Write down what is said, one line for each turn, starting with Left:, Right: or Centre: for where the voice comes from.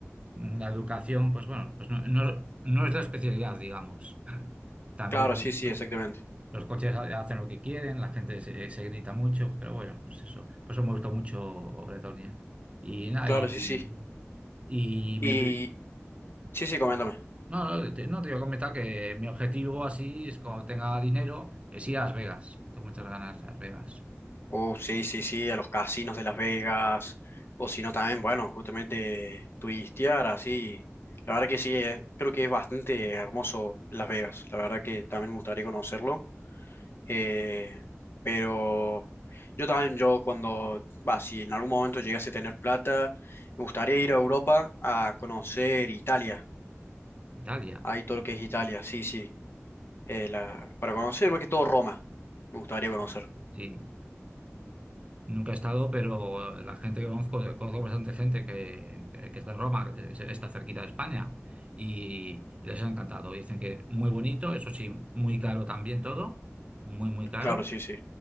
Right: mm, la educación, pues bueno, pues no, no, no es la especialidad, digamos. <laughs> También
Left: Claro, sí, sí, exactamente.
Right: los coches ha- hacen lo que quieren, la gente se, se grita mucho, pero bueno, pues eso, por eso me gustó mucho Bretonia. Y nada,
Left: Claro,
Right: y,
Left: sí, sí.
Right: y
Left: Y
Right: me-
Left: sí, sí, coméntame.
Right: no, no, te, no, te iba a comentar que mi objetivo así es cuando tenga dinero, es ir a Las Vegas. Tengo muchas ganas de Las Vegas.
Left: Oh, sí, sí, sí, a los casinos de Las Vegas, o si no también, bueno, justamente turistear, así. La verdad que sí, eh, creo que es bastante hermoso Las Vegas, la verdad que también me gustaría conocerlo. Eh, pero yo también, yo cuando, va, si en algún momento llegase a tener plata, me gustaría ir a Europa a conocer Italia,
Right: Italia,
Left: ahí todo lo que es Italia, sí, sí, eh, la, para conocer más que todo Roma, me gustaría conocer,
Right: sí. Nunca he estado, pero la gente que conozco, conozco bastante gente que, que- que está en Roma, que se- está cerquita de España, y, les ha encantado. Dicen que muy bonito, eso sí, muy caro también todo, muy, muy caro,
Left: claro, sí, sí.